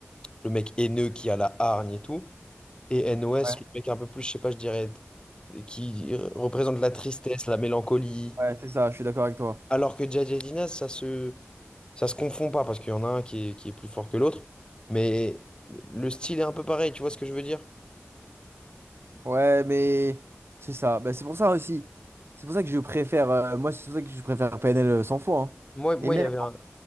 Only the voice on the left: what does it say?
le mec haineux qui a la hargne et tout. Et NOS,
le mec un peu plus, je sais pas, je dirais, qui représente la tristesse, la mélancolie.
Alors que Jay Jay Dinas, ça se, ça se confond pas, parce qu'il y en a un qui est, qui est plus fort que l'autre. Mais le style est un peu pareil, tu vois ce que je veux dire?
Moi, moi,
il y avait un...